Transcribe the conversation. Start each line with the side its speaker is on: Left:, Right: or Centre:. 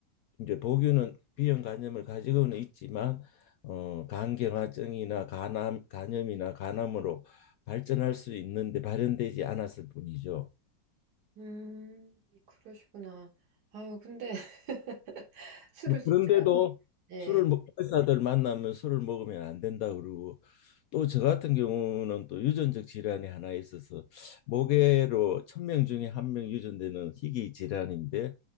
Left: 이제 보균은 B형 간염을 가지고는 있지만 어, 간경화증이나 간암 간염이나 간암으로 발전할 수 있는데 발현되지 않았을 뿐이죠.
Right: 음, 그러시구나. 아유, 근데 <laughs> 술을
Left: 뭐
Right: 진짜,
Left: 그런데도
Right: 예.
Left: 술을 먹, 의사들 만나면 술을 먹으면 안 된다 그러고 또 저 같은 경우는 또 유전적 질환이 하나 있어서 모계로 천명 중에 한 명 유전되는 희귀 질환인데